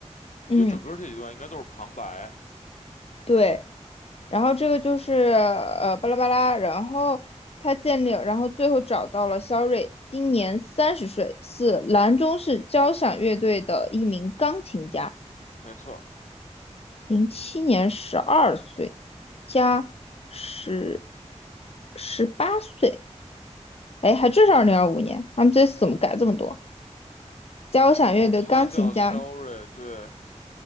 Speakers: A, on the left (about 55°); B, on the left (about 85°).
A: 嗯，
B: 我觉得整个这一段应该都是旁白，
A: 对。然后这个就是呃巴拉巴拉，然后他建立，然后最后找到了肖瑞，今年三十岁，是兰州市交响乐队的一名钢琴家，
B: 没错儿
A: 零七年十二岁加十十八岁，哎，还真是二零二五年，他们这次怎么改这么多？交响乐队钢琴家，
B: 哦，他叫肖瑞，对，